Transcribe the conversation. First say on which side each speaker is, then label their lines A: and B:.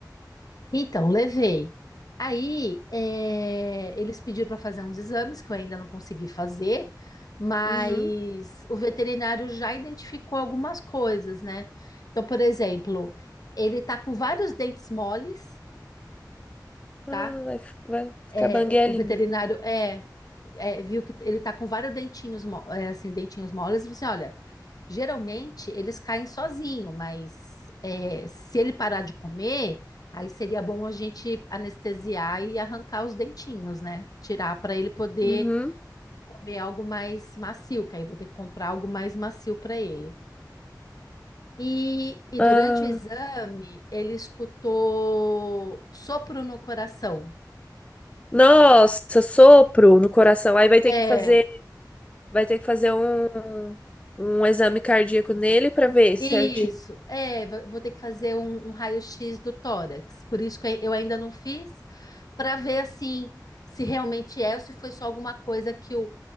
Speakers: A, on the left; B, on the left.
A: Então, levei. Aí, eh, eles pediram para fazer uns exames que eu ainda não consegui fazer, mas
B: Uhum.
A: o veterinário já identificou algumas coisas, né? Então, por exemplo, ele tá com vários dentes moles,
B: Ah,
A: tá?
B: vai, fi- vai ficar
A: Eh,
B: banguelinho.
A: o, o veterinário é, é, viu que ele tá com vários dentinhos, mo- eh, assim, dentinhos moles, e falou assim, olha. Geralmente eles caem sozinho, mas é, se ele parar de comer, aí seria bom a gente anestesiar e arrancar os dentinhos, né? Tirar para ele poder
B: Uhum.
A: comer algo mais macio, que aí eu vou ter que comprar algo mais macio para ele. E, e
B: Ah.
A: durante o exame, ele escutou sopro no coração.
B: Nossa, sopro no coração. Aí vai ter
A: É,
B: que fazer, vai ter que fazer um, um exame cardíaco nele pra ver certinho.
A: Isso, é, va- vou ter que fazer um, um raio-x do tórax, por isso que eu ainda não fiz, para ver assim se realmente é ou se foi só alguma coisa que o,